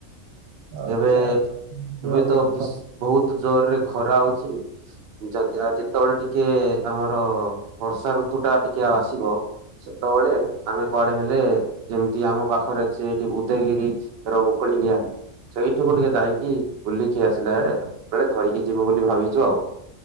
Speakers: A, on the right (about 85°); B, on the right (about 60°).
A: ଆଚ୍ଛା
B: ଏବେ
A: ଆଚ୍ଛା। ଏଇଭଳି
B: ଏବେ
A: ଭାବେ
B: ତ ଅଫିସ
A: କଥା
B: ବହୁତ ଜ <unintelligible> ଖରା ହଉଛି ଯା ଯା ଯେତେବେଳେ ଟିକେ ଆମର ବର୍ଷା ଋତୁ ଟା ଟିକେ ଆସିବ ସେତେବେଳେ ଆମେ କୁଆଡେ ହେଲେ ଯେମିତି ଆମ ପାଖରେ ଅଛି ଏଇଠି ବୂଦଗିରି ରବ- ସେଇଠୁ ଗୋଟେ ଦାରି ଗିଆ ବୁଲିକି ଆସିଲା ବେଳେ ବେଳେ ଧରିକି ଯିବୁ ବୋଲି ଭାବିଛୁ ଆଉ।